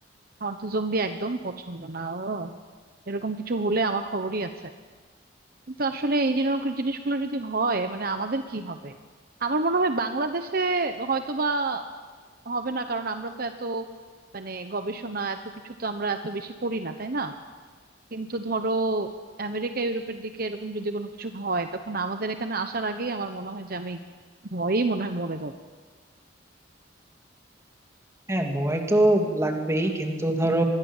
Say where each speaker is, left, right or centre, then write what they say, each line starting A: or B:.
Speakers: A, on the right (about 50°); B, on the right (about 15°).
A: আমার তো জম্বি একদম পছন্দ না ও এরকম কিছু হলে আমার খবরই আছে কিন্তু আসলে এই যেরকম জিনিসগুলো যদি হয় মানে আমাদের কি হবে আমার মনে হয় বাংলাদেশে হয়তোবা হবে না কারণ আমরা তো এত মানে গবেষণা এত কিছু তো আমরা এত বেশি করি না তাই না কিন্তু ধরো আমেরিকা ইউরোপের দিকে এরকম যদি কোনো কিছু হয় তখন আমাদের এখানে আসার আগেই আমার মনে হয় যে আমি ভয়েই মনে হয় মরে যাবো
B: হ্যাঁ ভয় তো লাগবেই কিন্তু ধরো